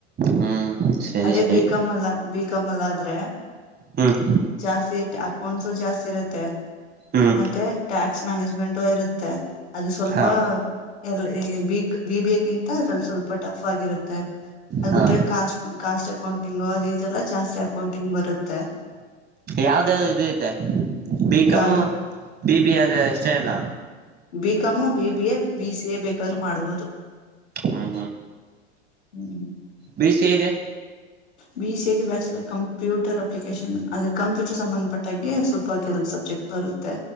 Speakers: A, on the right; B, on the left.
A: ಹ್ಮ್ ಸರಿ
B: ಅದೇ
A: ಸರಿ
B: ಬಿಕಾಮ್ ಅಲ್ಲ ಬಿಕಾಮ ಅಲ್ಲ ಆದ್ರೆ
A: ಹ್ಮ್
B: ಜಾಸ್ತಿ ಇ ಅಕೊಂಡಸು ಜಾಸ್ತಿ ಇರುತ್ತೆ
A: ಹ್ಮ್
B: ಮತ್ತೆ ಟ್ಯಾಕ್ಸ್ ಮ್ಯಾನೇಜ್ಮೆಂಟ್ ಇರುತ್ತೆ ಅದು
A: ಹಾ
B: ಸ್ಪ ಎ ಬಿಬಿಯಗಿಂತ ಅದ್ರಲ್ಲಿ ಸ್ವಲ್ಪ ಟಫ್ ಆಗಿರುತ್ತೆ ಅದಬಿಟ್ರೆ
A: ಹಾ
B: ಕಾಸ್ಟ್ ಕಾಸ್ಟ್ ಅಕೌಂಟಿಂಗು ಅದು ಇದೆಲ್ಲ ಜಾಸ್ತಿ ಅಕೌಂಟಿಂಗ್ ಬರುತ್ತೆ
A: ಯಾವ್ದ ಇದ ತೆ ಬಿಿಕಮು
B: ಯಾವ್ದು
A: ಬಿ ಬಿ ಅದು ಅಷ್ಟೇ ಅಲ್ಲ
B: ಬಿಕಾಮು ಬಿಬಿ ಎ ಬಿಸಿಎ ಬೇಕಾದ್ರೂ ಮಾಡುವುದು
A: ಹ್ಮ್
B: ಹ್ಮ್
A: ಬಿ ಸಿ ಎಗೆ
B: ಬಿ ಸಿ ಗೆ ಬಯಸ್ ಕಂಪ್ಯೂಟರ್ ಅಪ್ಲಿಕೇಶನ್ ಅದೇ ಕಂಪ್ಯೂಟರ್ ಸಂಬಂಧಪಟ್ಟಾಗ ಸ್ವಲ್ಪ ಬರುತ್ತೆ